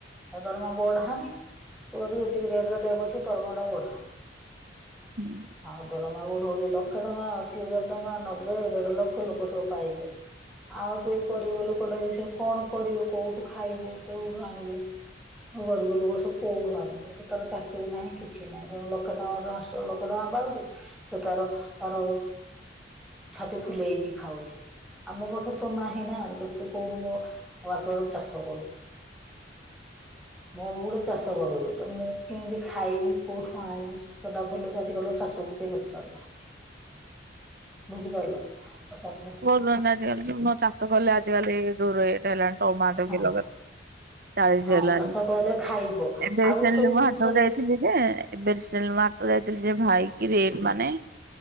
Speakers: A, in the centre; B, on the right.
A: ତରମା ବଢାବି ତୁ ଯଦି ଏତିକି ରେଟ ରେ ଦେବସ ତରମା ଟା ବଢା
B: ହୁଁ
A: ଆଉ ଦରମା ବୋଠ ହଉଛି ଲକ୍ଷେ ଟଙ୍କା ଅଶି ହଜାର ଟଙ୍କା ନବେ ଦେଢ ଲକ୍ଷ ଲୋକ ସବୁ ପାଇବେ। ଆଉ ଯୋଉ ଗରିବ ଲୋକଟା ସେ କଣ କରିବେ କୋଉଠୁ ଖାଇବେ ତୋଉଠୁ ଆଣିବେ? ଗରିବ ଲୋକ ସବୁ କଉଠୁ ଆଣିବେ। ସେ ତାର ଚାକିରି ନାହିଁ କିଛି ନାହିଁ ଲୋକେ ଟଙ୍କ ଗୋଷ୍ଟର ଲୋକେ ଟଙ୍କା ପାଉଛି ସେ ତାର ତାର ଛାତି ଫୁଲେଇକି ଖାଉଛି ଆମ ପାଖରେ ତ ନାହିଁ ନା ତୁ କୋଉଠୁ ମୋ ବାପ ଚାଷ କରୁଛି। ମୋର ଗୋଟେ ଚାଷ କରୁଛି ତ ମୁଁ କେମିତି ଖାଇବି କୋଉଠୁ ଆଣିବି ଚାଷଟା ଭଲ ଆଜିକା ଚା ସବୁ କେ ବଚ ସାରିଥାନ୍ତି ବୁଝିପାରିଲ ତ ସମସ୍ତେ
B: ଆଯିକାଲି ନ ଚାଷ କଲେ ଆଜି କାଲି ଜୋ ରେଟ ହେଲାଣି ଟମାଟୋ
A: ହଁ
B: କି ଲ ଚାଳିଶ
A: ହଁ
B: ହେଲାଣି
A: ଚାଷ କଲେ ଖାଇବ
B: ଏବେଣ
A: ଆଉ ସବୁ
B: ମୁଁ
A: ଜିନିଷରେ
B: ହଟକୁ ଯାଇଥିଲି। ଯେ ଏବେ ସେଟ ଯାଇଥିଲି ଯେ ଭାଇ କି ରେଟ ମାନେ